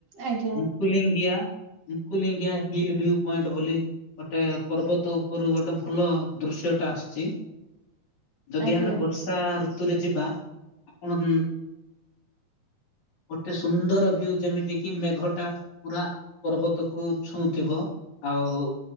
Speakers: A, on the right; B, on the left.
A: ଆଜ୍ଞା
B: Mukulingia Mukulingia hill view point ବୋଲି ଗୋଟେ ପର୍ବତ ଉପରୁ ଗୋଟେ ଭଲ ଦୃଶ୍ୟ ଟା ଆସିଛି। ଯଦି
A: ଆଜ୍ଞା।
B: ଆମେ
A: ଆଜ୍ଞା
B: ବର୍ଷା ଋତୁରେ ଯିବା ଆପଣ ଗୋଟେ ସୁନ୍ଦର ଭିୟୁ ଯେମିତି କିି ମେଘଟା ପୁରା ପର୍ବତ ତକୁ ଛୁଁଥିବ ଆଉ